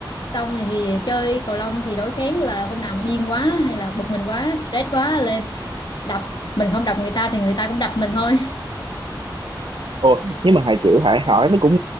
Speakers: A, on the left; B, on the right.
A: xong thì chơi cầu lông thì đối kháng là hôm nào mà điên quá hay là bực mình quá stress quá lên đập mình không đập người ta thì người ta cũng đập mình thôi
B: ồ nhưng mà Hải kiểu Hải hỏi nó cũng